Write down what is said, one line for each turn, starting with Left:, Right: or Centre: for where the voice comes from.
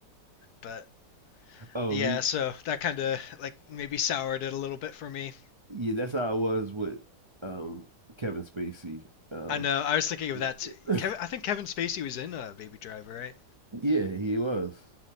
Left: But
Right: Oh,
Left: yeah,
Right: y-
Left: so that kind of like maybe soured it a little bit for me.
Right: yeah, that's how I was with um Kevin Spacey. Um
Left: I know. I was thinking of that.
Right: <laughs>
Left: Too. Kevin, I think Kevin Spacey was in uh, Baby Driver, right?
Right: yeah, he was.